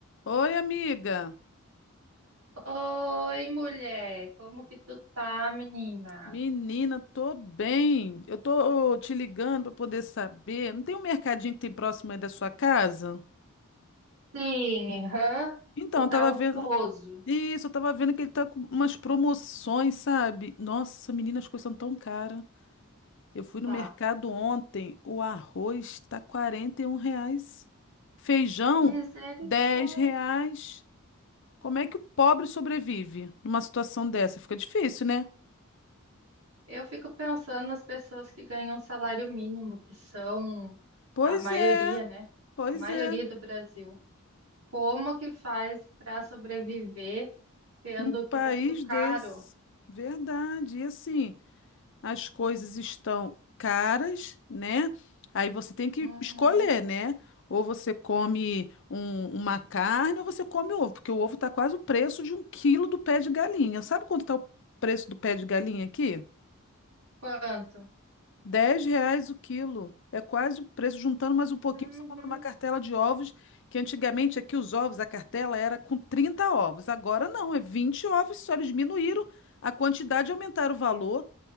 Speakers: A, on the left (about 55°); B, on the right (about 80°).
A: Oi, amiga.
B: Oi, mulher, como que tu tá, menina?
A: Menina, tô bem. Eu tô te ligando para poder saber. Não tem um mercadinho que tem próximo aí da sua casa?
B: Sim, hã?
A: Então,
B: Vou
A: eu
B: dar
A: tava
B: o
A: vendo.
B: pouso,
A: Isso, eu tava vendo que ele tá com umas promoções, sabe? Nossa, menina, as coisas são tão caras. Eu fui no
B: tá?
A: mercado ontem, o arroz tá 41 reais. Feijão,
B: Misericórdia.
A: 10 reais. Como é que o pobre sobrevive numa situação dessa? Fica difícil, né?
B: Eu fico pensando nas pessoas que ganham salário mínimo, que são
A: Pois
B: a maioria,
A: é,
B: né?
A: pois
B: A maioria
A: é.
B: do Brasil. Como que faz para sobreviver, sendo
A: Num
B: que
A: país
B: tá tudo caro?
A: desse, verdade. E assim, as coisas estão caras, né? Aí você tem que
B: Uhum.
A: escolher, né? Ou você come um- uma carne ou você come ovo, porque o ovo está quase o preço de um quilo do pé de galinha. Sabe quanto está o preço do pé de galinha aqui?
B: Quanto?
A: dez reais o quilo. É quase o preço. Juntando mais um pouquinho,
B: Uhum.
A: você compra uma cartela de ovos, que antigamente aqui os ovos, a cartela era com 30 ovos. Agora não, é 20 ovos, só eles diminuíram a quantidade e aumentaram o valor.